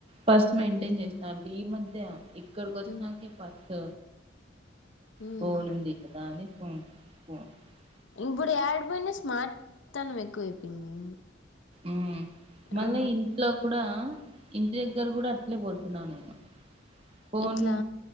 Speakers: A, on the right; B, on the left.
A: పర్స్ మెయింటైన్
B: ఉమ్
A: చేస్తాను ఈ మధ్య ఇక్కడ కొచ్చినాక
B: ఉమ్
A: ఈ పర్స్
B: ఉమ్
A: ఫోను ఉంది కదా అని అ
B: ఇప్పుడు యాడ పోయిన స్మార్ట్ తన ఎక్కువైపోయింది
A: ఉ మళ్ళీ
B: ఆ
A: ఇంట్లో కూడా ఇంటి దగ్గర కూడా అట్లే పోతున్నా నేను ఫోన్
B: ఎట్లా